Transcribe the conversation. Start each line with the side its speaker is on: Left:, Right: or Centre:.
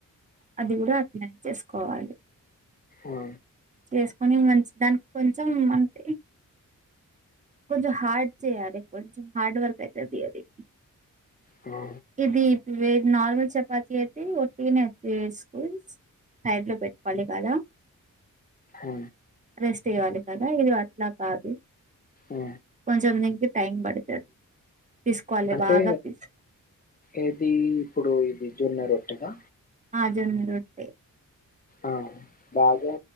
Right: అది కూడా అట్నే చేసుకోవాలి.
Left: ఆ!
Right: చేసుకొని మంచి దానికి కొంచెం అంటే కొంచం హార్డ్ చేయాలి కొంచం హార్డ్ వర్క్ ఐతది అది
Left: ఆ
Right: ఇది వె నార్మల్ చపాతి అయితే ఒట్టిగనే చేస్కోన్ సైడ్ లో పెట్టుకోవాలి కదా
Left: ఆ!
Right: అరెస్ట్ చేయ్యాలి కదా ఇది అట్లా కాదు
Left: ఆ!
Right: కొంచెం దీనికి టైం పడతది తీసుకోవాలి
Left: అంటే
Right: బాగా పిస్
Left: ఏది ఇప్పుడు ఇది జొన్నరొట్టెకా
Right: ఆ జొన్న రొట్టే
Left: ఆ! బాగా